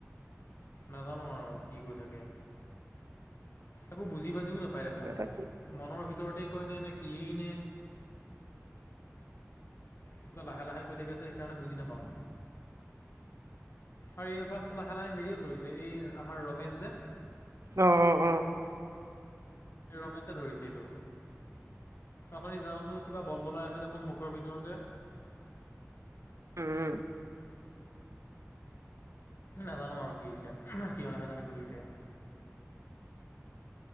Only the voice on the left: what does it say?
নাজানো আৰু কি কৰি থাকে? একো বুজি বাজিও নাপায় দেখোন,
মনৰ ভিতৰতে কয় নে নে কি নে? কিবা লাহে - লাহে কয় থাকে যে সেইকাৰণে বুজি নাপাওঁ। আৰু এই অভ্যাসটো লাহে - লাহে হেৰিও ধৰিছে, এই আমাৰ ৰমেশ যে।
এই ৰমেছে ধৰিছে এইটো। অথনি যাওঁতে কিবা বল বলাই আছে দেখোন মুখৰ ভিতৰতে।
নাজানো আৰু কি হৈছে উহু সিহঁতেহে জানিব দুইটায়ে?